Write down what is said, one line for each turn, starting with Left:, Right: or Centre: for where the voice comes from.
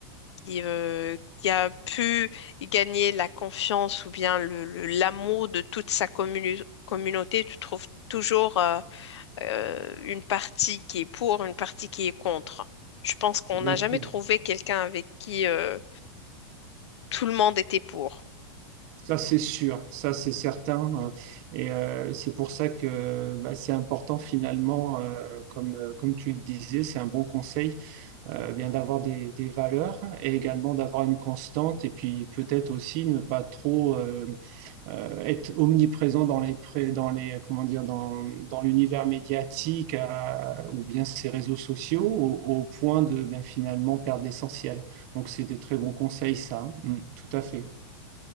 Left: qui, euh, qui a pu gagner la confiance ou bien le, le- l'amour de toute sa commu- communauté, tu trouves toujours euh, euh, une partie qui est pour, une partie qui est contre. Je pense qu'on
Right: Bien
Left: n'a jamais
Right: sûr.
Left: trouvé quelqu'un avec qui euh, tout le monde était pour.
Right: Ça, c'est sûr, ça, c'est certain. euh, Et euh, c'est pour ça que bah, c'est important finalement, euh, comme, euh, comme tu le disais, c'est un bon conseil, euh, bien d'avoir des, des valeurs et également d'avoir une constante et puis peut-être aussi ne pas trop euh, euh, être omniprésent dans les, pré- dans les, comment dire, dans, dans l'univers médiatique à- ou bien ces réseaux sociaux au, au point de ben, finalement perdre l'essentiel. Donc, c'est des très bons conseils, ça. hein. Mm, tout à fait.